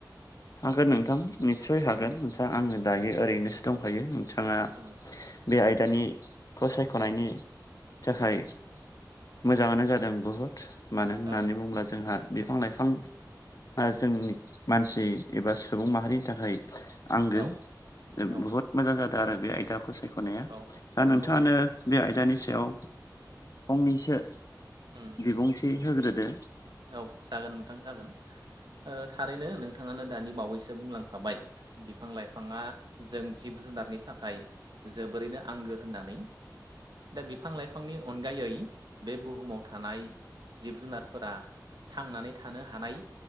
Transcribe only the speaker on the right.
औ
औ
औ औ
औ
नंगौ
नोंथां
उम
औ जागोन नोंथां जागोन थारैनो नोंथाङानो दानि बावैसो बुंलांखाबाय। बिफां लाइफाङा जों जिब जुनारनि थाखाय जोबोरैनो आंगो होननानै दा बिफां लाइफांनि अनगायै बे बुहुमाव थानाय जिब जुनारफोरा थांनानै थानो हानाय